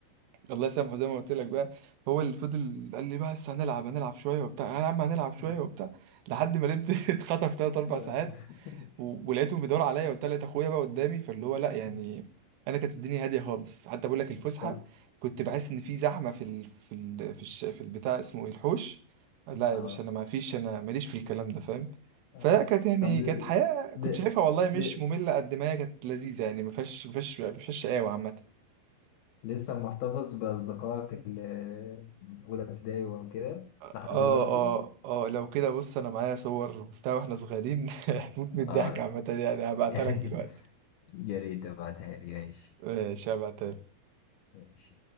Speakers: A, on the right (about 80°); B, on the left (about 80°).
A: الله يسامحه زي ما قلت لك بقى هو اللي فضل قال لي بقى بس هنلعب هنلعب شويه وبتاع يا عم هنلعب شويه
B: مم.
A: وبتاع لحد ما لقيت <laughs> اتخطف تلات اربع
B: آه.
A: ساعات
B: <laughs>
A: و- ولقيتهم بيدوروا عليا وبتاع لقيت اخويا بقى قدامي فاللي هو لا يعني
B: مم.
A: انا كانت الدنيا هاديه خالص حتى بقول لك الفسحه
B: طب
A: كنت بحس ان في زحمه في ال... في ال... في, الش... في البتاع اسمه ايه الحوش لا
B: اه
A: يا باشا انا ما فيش انا ماليش في الكلام ده فاهم
B: آه.
A: فلا كانت يعني
B: طب ل...
A: كانت حياه كنت
B: ل...
A: شايفها والله مش
B: ل...
A: ممله قد ما هي كانت لذيذه يعني ما فيهاش ما فيهاش ما فيهاش شقاوه عامه
B: لسه محتفظ بأصدقائك اللي من أولى ابتدائي وكده
A: اه
B: لحد دلوقتي
A: اه اه لو كده بص انا معايا صور وبتاع واحنا صغيرين <laughs> هتموت من
B: اه
A: الضحك عامة يعني هبعتها
B: <laughs>
A: لك دلوقتي
B: يا ريت تبعتها لي ماشي
A: ماشي هبعتها
B: ماشي